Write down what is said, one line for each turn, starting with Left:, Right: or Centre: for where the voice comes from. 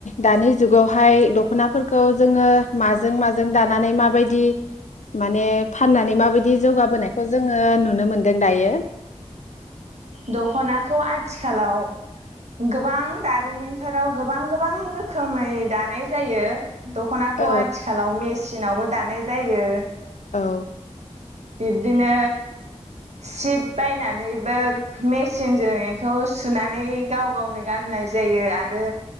Left: दानि जुगावहाय दख'नाफोरखौ जोङो माजों माजों दानानै माबायदि माने फाननानै माबायदि जौगाबोनायखौ जोङो नुनो मोनदों दायो
Right: दख'नाखौ आ आथिखालाव गोबां दा जारिमिनफोराव गोबां गोबां रोखोमै दानाय जायो दख'नाखौ
Left: औ
Right: आथिखालाव मे सिनावबो दानाय जायो
Left: औ
Right: बिब्दिनो सिट बायनानैबो मेचिनजों बेखौ सुनानै गाव गावनो गाननाय जायो आरो